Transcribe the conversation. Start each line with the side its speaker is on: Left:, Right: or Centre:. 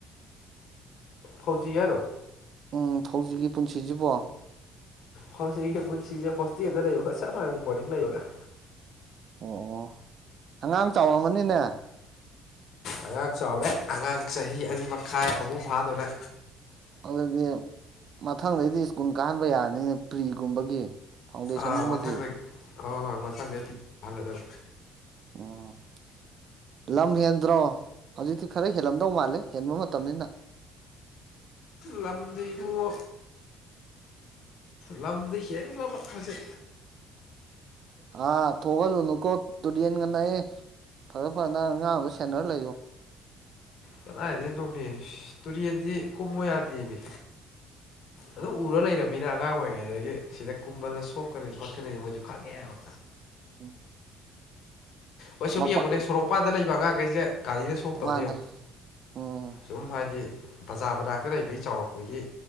Left: ꯐꯧꯖꯤꯔꯣ
Right: ꯎꯝ ꯐꯧꯖꯤꯛꯒꯤ ꯄꯨꯟꯁꯤꯁꯤꯕꯣ
Left: ꯍꯧꯥꯎꯖꯤꯒꯤ ꯄꯨꯟꯁꯤꯁꯦ ꯍꯣꯁꯇꯤꯅ ꯂꯩꯕꯒ ꯆꯞ ꯃꯥꯟꯅꯩ ꯕꯣꯔꯗꯤꯡ ꯂꯩꯕꯒ
Right: ꯑꯣ ꯑꯉꯥꯡ ꯆꯥꯎꯔꯝꯃꯅꯤꯅꯦ
Left: ꯑꯉꯥꯡ ꯆꯥꯎꯔꯦ ꯑꯉꯥꯡ ꯆꯍꯤ ꯑꯅꯤ ꯃꯈꯥꯏ ꯑꯍꯨꯝ ꯐꯥꯗꯣꯔꯦ
Right: ꯑꯗꯨꯗꯤ ꯃꯊꯪꯗꯩꯗꯤ ꯁ꯭ꯀꯨꯜ ꯀꯥꯍꯟꯕ ꯌꯥꯔꯅꯤꯅꯦ ꯐ꯭ꯔꯤꯒꯨꯝꯕꯒꯤ ꯐꯥꯎꯟꯗꯦꯁꯟꯒꯨꯝꯕꯒꯤ
Left: ꯑꯥ ꯃꯊꯪꯗꯩ ꯍꯣꯏ ꯍꯣꯏ ꯃꯁꯪꯗꯩ ꯄꯤ ꯍꯜꯂꯗꯕ
Right: ꯎꯝ ꯂꯝ ꯍꯦꯟꯗ꯭ꯔꯣ ꯍꯧꯖꯤꯛꯇꯤ ꯈꯔ ꯍꯦꯜꯂꯝꯗꯧ ꯃꯥꯜꯂꯦ ꯍꯦꯟꯕ ꯃꯇꯝꯅꯤꯅ
Left: ꯂꯝꯕꯤꯕꯨ ꯂꯕꯗꯤ ꯀꯦ꯭ꯔ ꯄꯁꯦ
Right: ꯍꯥꯥ ꯊꯒ ꯂ ꯅꯀꯣ ꯇꯨꯔꯦꯜꯒꯥ ꯅꯛꯑꯦ ꯐꯖ ꯐꯖꯅ ꯑꯉꯥꯡꯗꯣ ꯁꯦꯟꯅꯔ ꯂꯩꯌꯨ
Left: ꯀꯗꯥꯏꯗ ꯅꯣꯃꯦ ꯇꯨꯔꯦꯟꯁꯤ ꯀꯨꯝꯃꯨ ꯌꯥꯗꯦꯅꯦ ꯑꯗꯨꯝ ꯎꯔ ꯂꯩꯔꯕꯅꯤꯅ ꯑꯉꯥꯡ ꯑꯣꯏꯔꯤꯉꯩꯗꯒꯤ ꯁꯤꯗ ꯀꯨꯝꯕꯗ ꯁꯣꯛꯀꯅꯤ ꯈꯣꯠꯀꯅꯤꯁ ꯃꯣꯏꯁꯨ ꯈꯪꯉꯦꯑꯕ
Right: ꯎꯝ
Left: ꯍꯣꯏ ꯁꯨꯝ
Right: ꯃꯄꯥ
Left: ꯌꯦꯡꯉꯣꯅꯦ ꯁꯣꯔꯣꯛꯄꯥꯟꯗ ꯂꯩꯕ ꯑꯉꯥꯡꯈꯩꯁꯦ ꯒꯥꯔꯤꯗ ꯁꯣꯛꯇꯕꯅꯤꯣ
Right: ꯃꯥꯅꯦ ꯎꯝ
Left: ꯁꯨꯝ ꯍꯥꯏꯗꯤ ꯕꯖꯥꯔ ꯃꯅꯥꯛꯇ ꯂꯩꯕꯒꯤ ꯆꯥꯎꯔꯛꯄꯒꯤ